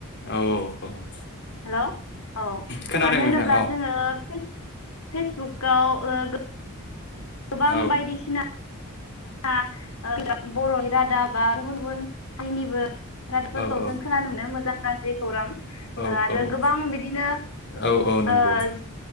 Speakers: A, on the left; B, on the left.
A: औ औ
B: हेल' औ
A: खोनादों
B: मानो
A: नोंथां
B: होनोब्ला
A: औ
B: जोङो फेस फेसबुकाव ओ गो गोबां
A: औ
B: बायदिसिना <unintelligible> बर'नि रादाब बा गुबुन गुबुन हारिनिबो रादाबफोरखौ
A: औ औ
B: जों खोना नुनो मोजां गाज्रि खौरां
A: औ
B: ओ आरो
A: औ
B: गोबां बिदिनो
A: औ औ नंगौ
B: ओज